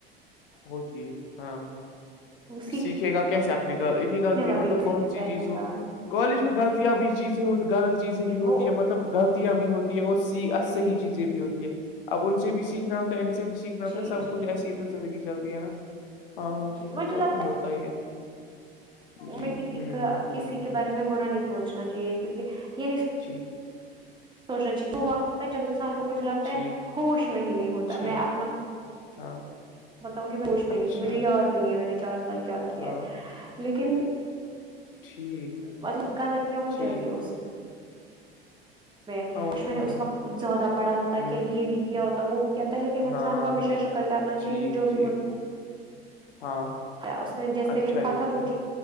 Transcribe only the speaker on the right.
سیکھنے
والی
سیکھتا
ہے
انسان
وہ
جی
جی
جی
جی
جی مجھے
لگتا
میں
کسی کا
کسی کے بارے میں برا نہیں سوچنا چاہیے کیوںکہ یہ نہیں
سوچنا چاہیے وہ وقستتا ہے جب انسان کو مجھے لگتا
ہے ہوش میں ہی نہیں ہوتا
میں اپنا
بتاؤ گی پوش میں
نہیں تھی مجھے یاد بھی نہیں ہے میں نے چار سال کیا کیا
ہے لیکن
مطلب غلطیا ہو
جاتی ہے اس میں
آش
میں نے
اس
وقت کچھ زیادہ پڑا ہوتا
کیا یہ بھی کیا ہوتا وہ بھی کیا تھا لیکن انسان
کو ہمیشہ شکر کرنا چاہیے کہ
جو بھی
ہوتا
اس نے جیسے
لکھا
تھا وہ
جی